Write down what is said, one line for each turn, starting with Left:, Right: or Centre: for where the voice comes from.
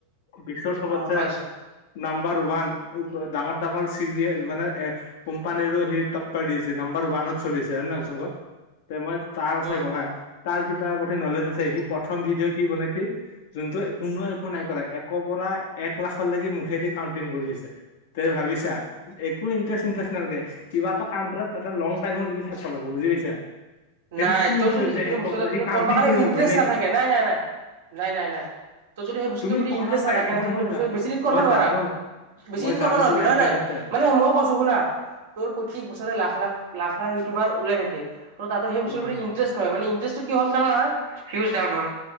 Left: বিশৰ চবতছে
Right: অ পাইছো
Left: নাম বাৰ ওৱান ডাঙৰ ডাঙৰ চিবিচ মানে এ কোম্পানীৰো সি টকৰ দিছে নাম্বাৰ ৱানত চলি আছে হয় নাই কচুং ক, তে মই তাৰ কথা
Right: উম
Left: কওঁ হা তাৰ কিবা প্ৰতি নলেজ আছে সি প্ৰথম ভিডিঅ' কি বনাইছে যোনটো কোনোৱ একো নাই কৰা এক পৰা এক লাখলৈকে মুখেদি কাউণ্টিং কৰি আছে, তই ভাবিছা। একো ইণ্টাৰেষ্ট ইণ্টাৰেষ্ট নালাগে কিবা এটা কানটাৰত তাতে লং টাইমৰ লকে চলাব বুজি পাইছা। সেইটোত
Right: নাই।
Left: কি ইণ্টাৰেষ্ট
Right: তোৰ যদি
Left: যে
Right: যিকোনো
Left: একৰ
Right: বস্তু
Left: পৰা
Right: এটাত
Left: সি কাউণ্টিং
Right: কৰবা কাৰণে
Left: কৰি ভাল
Right: ইণ্টাৰেষ্ট
Left: পায় নেকি
Right: নাথাকে। নাই। নাই। নাই। নাই। নাই। নাই। তোৰ যদি সেই বস্তুৰ
Left: তুমি
Right: প্ৰতি
Left: কৰা
Right: ইণ্টাৰেষ্ট
Left: ভাই
Right: নাথাকে
Left: মই
Right: ন
Left: মই
Right: সেই বস্তু
Left: যা
Right: বেছি দিন কৰিব
Left: মই
Right: নোৱাৰা।
Left: জানো
Right: বেছি
Left: মই
Right: দিন
Left: জানো
Right: কৰবা নোৱাৰিবি
Left: তোমাৰ
Right: নহয়
Left: ইণ্টাৰেষ্ট
Right: নাই,
Left: আছে
Right: মানে মই কৈছো শুনা তোৰ প্ৰতিক বছৰে লাখ লাখ লাখ লাখ ইউটিউবাৰ ওলাই থাকে। ত তাতে সেই বস্তুৰ
Left: উম
Right: ইণ্টাৰেষ্ট নহয় মানে ইণ্টাৰেষ্টটো কিহৰ কাৰনে হৈ ভিওছ দাৱুন হয়